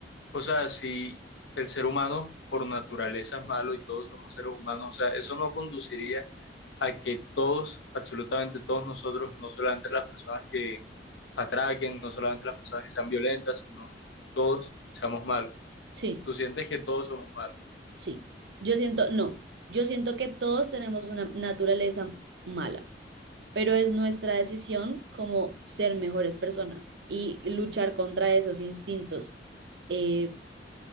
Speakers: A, on the left; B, on the right.
A: O sea, si el ser humano por naturaleza es malo y todos somos seres humanos, o sea, eso no conduciría a que todos, absolutamente todos nosotros, no solamente las personas que atraquen, no solamente las personas que sean violentas, sino todos seamos malos.
B: Sí,
A: Tú sientes que todos somos malos.
B: sí. Yo siento, no, yo siento que todos tenemos una naturaleza mala. pero es nuestra decisión como ser mejores personas y luchar contra esos instintos eh,